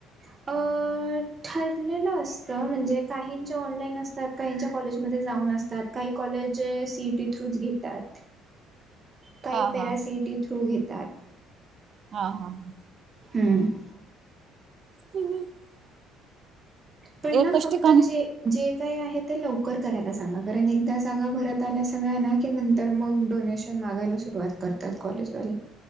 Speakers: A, on the right (about 30°); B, on the right (about 50°).
A: <inaudible> अं ठरलेलं असतं म्हणजे, काहींच्या ऑनलाईन असतात काहींच्या कॉलेजमध्ये जाऊन असतात काही कॉलेज सीईटी थ्रूच घेतात. काही पॅरासिइटी
B: हा
A: थ्रू घेतात
B: हा, हा, हा
A: हम
B: <unintelligible>
A: त्येना
B: एकच
A: फक्त
B: ठिकाणी
A: जे, जे काय आहे ते लवकर करायला सांगा कारण एकदा जागा भरत आल्या सगळ्याना की नंतर मग डोनेशन मागायला सुरुवात करतात कॉलेजवाले.